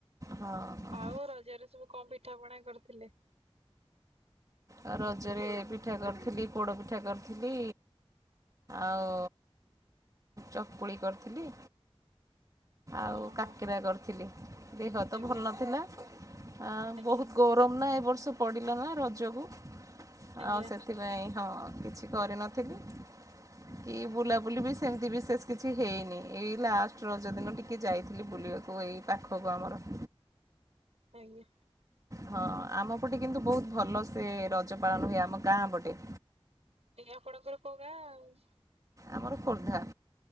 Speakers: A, on the right (about 35°); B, on the right (about 85°).
A: ହଁ ହଁ
B: ଆଉ ରଜରେ ସବୁ କଣ ପିଠା ପଣା କରିଥିଲେ?
A: ଆଉ ରଜରେ ପିଠା କରିଥିଲି, ପୋଡ଼ ପିଠା କରିଥିଲି। ଆଉ ଚକୁଳି କରିଥିଲି।
B: ହଁ
A: ଆଉ
B: ହଁ
A: କାକିରା କରିଥିଲି, ଦେହ ତ
B: ଆଜ୍ଞା
A: ଭଲ ନଥିଲା। ଆ
B: ଆଜ୍ଞା
A: ବହୁତ ଗରମ ନା ଏ ବର୍ଷ ପଡ଼ିଲା ନା ରଜକୁ
B: ଆଜ୍ଞା
A: ଆଉ ସେଥିପାଇଁ ହଁ କିଛି କରିନଥିଲି କି ବୁଲାବୁଲି ବି ସେମିତି ବି ଶେଷ କିଛି ହେଇନି, ଏଇ ଲାଷ୍ଟ ରଜ ଦିନ ଟିକେ ଯାଇଥିଲି ବୁଲିବାକୁ ଏଇ ପାଖକୁ ଆମର <inaudible>
B: ଆଜ୍ଞା।
A: ହଁ ଆମ ପଟେ କିନ୍ତୁ ବହୁତ ଭଲ ସେ ରଜ ପାଳନ ହୁଏ, ଆମ ଗାଁ ପଟେ।
B: <unintelligible>
A: ଆମର ଖୋର୍ଦ୍ଧା।